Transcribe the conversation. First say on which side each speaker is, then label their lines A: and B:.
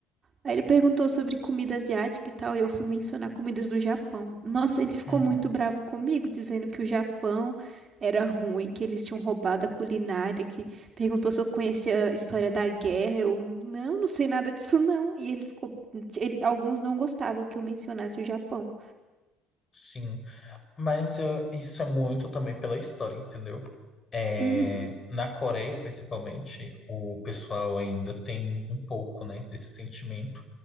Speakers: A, on the right (about 35°); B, on the left (about 35°).
A: Aí ele perguntou sobre comida asiática e tal. E eu fui mencionar comidas do Japão. Nossa, ele ficou
B: Uhum,
A: muito bravo comigo, dizendo que o Japão era ruim, que eles tinham roubado a culinária, que perguntou se eu conhecia a história da guerra. Eu, não, não sei nada disso, não. E ele ficou. ele- alguns não gostavam que eu mencionasse o Japão.
B: sim. Mas eh, isso é muito também pela história, entendeu? É,
A: Uhum,
B: na Coreia, principalmente, o pessoal ainda tem um pouco, né, desse sentimento,